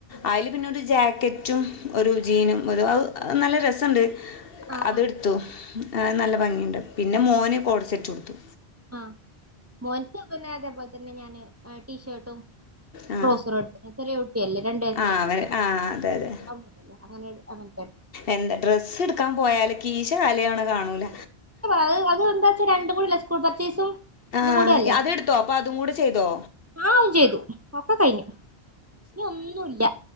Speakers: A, on the left; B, on the right.
A: അയ്ല് പിന്നെ ഒര് ജാക്കറ്റും ഒരു ജീനും ഒരു അത് നല്ല രസണ്ട്
B: ആഹ്
A: അത്
B: ആഹ്
A: ട്ത്തു നല്ല ഭംഗിണ്ട് പിന്നെ മോന് കോഡ് സെറ്റു ട്ത്തു
B: ആഹ് മോൻക് പിന്നെ അതേപോലെ തന്നെ ഞാന് ടീഷർട്ട് ട്ടും
A: ആ
B: ടൗസറാട്തെ ചെറിയെ കുട്ടിയല്ലേ രണ്ട വെയസായിട്ടില്ലേള്ളു
A: ആ അവൻ ആ അതെ അതെ
B: <unintelligible> അങ്ങ് അങ്ങനെ അങ്ങൻത്തെ
A: എന്താ ഡ്രസ്സ് ട്ക്കാൻ പോയാല് കീശകാലിയാക്ണത് കാണൂല
B: അത് അത് എന്താച്ചാ രണ്ടും കൂടില്ലേ സ്കൂൾ പർച്ചേസും
A: ആ
B: തും കൂടെയല്ലേ
A: അതെടുത്തോ അപ്പൊ അതും കൂടെ ചെയ്തോ
B: ആഹ് ഓൻ ചെയ്തു അപ്പ കഴ്ഞ്ഞു നി ഒന്നുംല്ല